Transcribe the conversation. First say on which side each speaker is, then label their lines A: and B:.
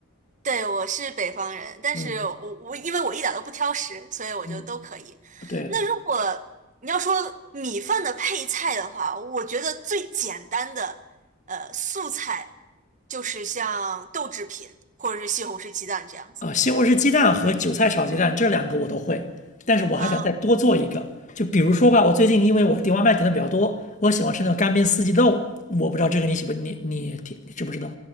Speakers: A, on the right (about 35°); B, on the left (about 35°).
A: 对，我是北方人，但是我我因为我一点都不挑食，
B: 嗯
A: 所以我就都可以。
B: 嗯，对，
A: 那如果你要说米饭的配菜的话，我觉得最简单的呃素菜就是像豆制品或者是西红柿鸡蛋这样子。
B: 啊，西红柿鸡蛋和韭菜炒鸡蛋这两个我都会，但是我还想再多做一个。
A: 嗯
B: 就比如说吧，我最近因为我点外卖点的比较多，我喜欢吃那种干煸四季豆，我不知道这个你喜不你你你你知不知道？